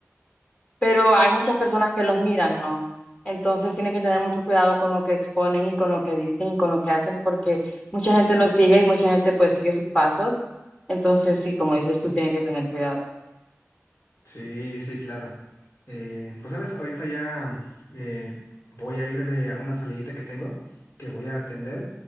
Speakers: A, on the left; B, on the left.
A: pero hay muchas personas que los miran, ¿no? Entonces, tienen que tener mucho cuidado con lo que exponen y con lo que dicen y con lo que hacen, porque mucha gente los sigue y mucha gente pues sigue sus pasos. Entonces, sí, como dices, tú tienes que tener cuidado.
B: Sí, sí, claro. Eh, pues sabes, ahorita ya eh, voy a ir de a una salidita que tengo, que voy a atender.